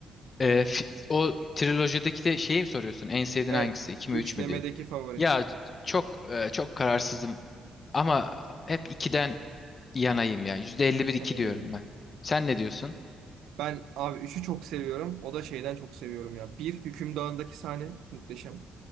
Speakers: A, on the left; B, on the right.
A: Ee, fi- o trilojideki de şeyi mi soruyorsun? En sevdiğin
B: Evet.
A: hangisi? iki
B: Üçlemedeki
A: mi 3 mü diye.
B: favori.
A: Ya çok e, çok kararsızım ama hep ikiden yanayım ya. %51 iki
B: Hmm.
A: diyorum ben. Sen ne diyorsun?
B: Ben abi üçü çok seviyorum. O da şeyden çok seviyorum ya. Bir Hükümdar'ındaki sahne muhteşem.